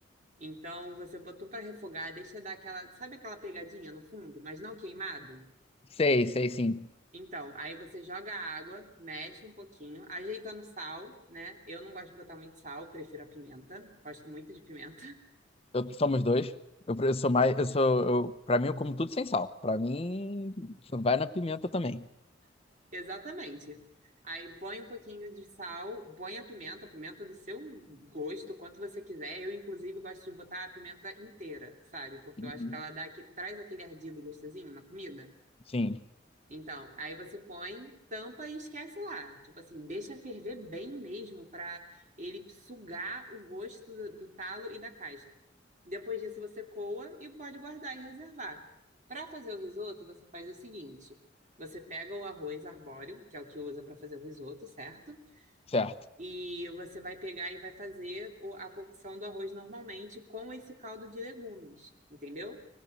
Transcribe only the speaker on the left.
Sei, sei, sim.
Eu, somos dois. Eu, pre- eu sou mais. Eu sou. Eu, pra mim, eu como tudo sem sal. Pra mim, vai na pimenta também.
Uhum.
Sim,
certo.